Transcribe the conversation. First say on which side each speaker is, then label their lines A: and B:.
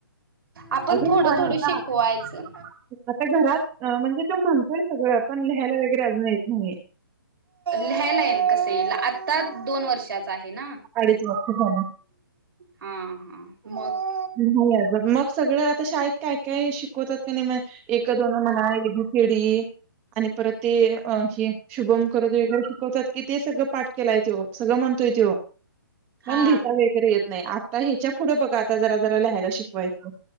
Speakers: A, on the right; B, on the right.
A: आपण
B: अजून
A: थोडं
B: लहान
A: थोडं
B: आहे
A: शिकवायचं.
B: ना म्हणतोय सगळं पण लिहायला वगरे अजून येत नाही
A: लिहायला येईन कसं आता दोन वर्षा आहे ना
B: अडीच वर्ष झालं
A: हा ह मग
B: नाही अज मग सगळं आता शाळेत काय काय शिकवतात का नाही एक दोन म्हणा ए सिडी आणि परत ते ह शुभम करत वग शिकवतात कि ते सगळं पाठ केलाय तेो सगळं म्हणतोय तेव मण
A: हा
B: लिहिता वगैरे येत नाही आ ता ह्याच्या पुढं बघा आता जरा जरा लिहायला शिकवायचं